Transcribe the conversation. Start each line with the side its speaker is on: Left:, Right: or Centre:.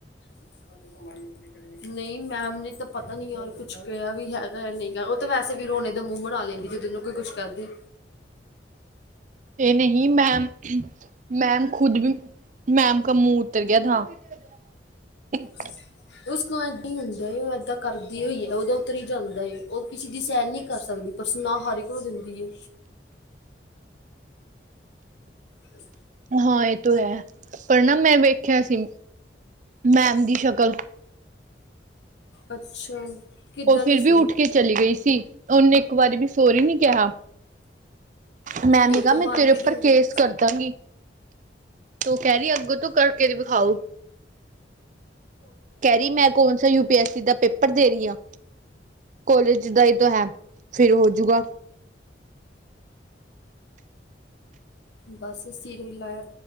Left: <unintelligible> ਨਈ ਮੈਮ ਨੇ ਤਾਂ ਪਤਾ ਨੀ ਯਾਰ ਕੁਛ ਕਿਹਾ ਵੀ ਹੈਗਾ ਨਹੀਂ ਓ ਤਾਂ ਵੈਸੇ ਵੀ ਰੋਣੇ ਦਾ ਮੂੰਹ ਬਣਾ ਲੈਂਦੀ। ਜਦ ਉਣੁ ਕੋਈ ਕੁੱਛ ਕਰਦੇ।
Right: ਏਹ ਨਹੀਂ ਮੈਮ, ਮੈਮ ਖੁਦ ਵੀ ਮੈਮ ਕਾ ਮੂੰਹ ਉਤਰ ਗਆ ਥਾ। <unintelligible>
Left: <unintelligible> ਉਸ ਨਾਲ ਏਦਾਂ ਈ ਹੁੰਦਾ ਏ। ਓ ਏਦਾਂ ਕਰਦੀ ਓਈ ਐ ਓਹਦਾ ਉੱਤਰ ਈ ਜਾਂਦਾ ਐ। ਓ ਕਿਸੇ ਦੀ ਸਹਿਣ ਨਈ ਕਰ ਸਕਦੀ। ਪਰ ਸੁਨਾ ਹਰ ਇੱਕ ਨੂੰ ਦਿੰਦੀ ਏ। ਕਿਸੀ
Right: ਹਾਂ, ਏ ਤੋ ਹੈ, ਪਰ ਨਾ ਮੈਂ ਵੇਖਿਆ ਸੀ ਮੈਮ ਦੀ ਸ਼ਕਲ।
Left: ਅੱਛਾ। ਕਿੱਦਾਂ
Right: ਓਹ
Left: ਦੀ
Right: ਫਿਰ
Left: ਸੀ
Right: ਵੀ ਉੱਠ ਕੇ ਚਲੀ ਗਈ ਸੀ, ਓਹਨੇ ਇੱਕ ਵਾਰੀ ਵੀ ਸੋਰੀ ਨੀ ਕਿਹਾ। ਮੈਮ
Left: ਤੇ ਉਹ
Right: ਨੇ ਕਹਾ
Left: ਤੋਂ
Right: ਮੈਂ
Left: ਬਾਅਦ
Right: ਤੇਰੇ ਉੱਪਰ
Left: ਵੀ ਦਿਨ
Right: ਕੇਸ ਕਰ ਦਾਂਗੀ, ਤੋ ਕਹਿ ਰੀ ਅੱਗੋਂ ਤੋਂ ਕਰਕੇ ਵਿਖਾਓ। ਕਹਿ ਰਹੀ ਮੈਂ ਕੌਣ ਸੀ ਯੂ-ਪੀ-ਐਸ-ਸੀ ਦਾ ਪੇਪਰ ਦੇ ਰਹੀ ਆਂ। ਕੋਲੇਜ ਦਾ ਹੀ ਤੋ ਹੈ ਫਿਰ ਹੋਜੂਗਾ।
Left: ਬਸ ਸਿਰੇ ਈ ਲਾਇਆ